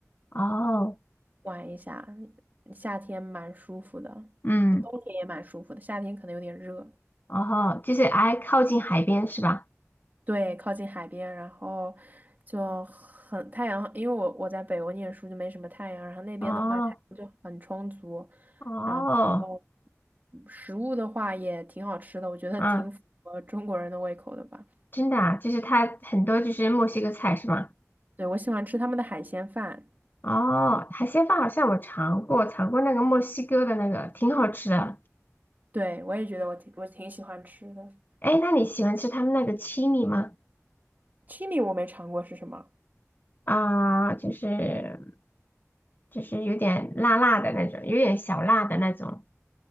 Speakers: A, on the left; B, on the right.
A: 哦，
B: 玩一下，夏天蛮舒服的，
A: 嗯，
B: 嗯冬天也蛮舒服的，夏天可能有点热。
A: 哦，就是挨靠近海边是吧？
B: 对，靠近海边，然后就很太阳，因为我我在北欧念书就没什么太阳，然后那边的话太阳就很充足，
A: 哦哦，
B: 然后食物的话也挺好吃的，我觉得挺符合中国人的胃口的吧。
A: 嗯。真的啊，就是它很多就是墨西哥菜是吗？
B: 对，我喜欢吃他们的海鲜饭，
A: 哦，海鲜饭好像我尝过，尝过那个墨西哥的那个，挺好吃的。
B: 对，我也觉得我挺我挺喜欢吃的。
A: 哎，那你喜欢吃他们那个青米吗？
B: Chimi 我没尝过是什么？
A: 啊、就是就是有点辣辣的那种，有点小辣的那种，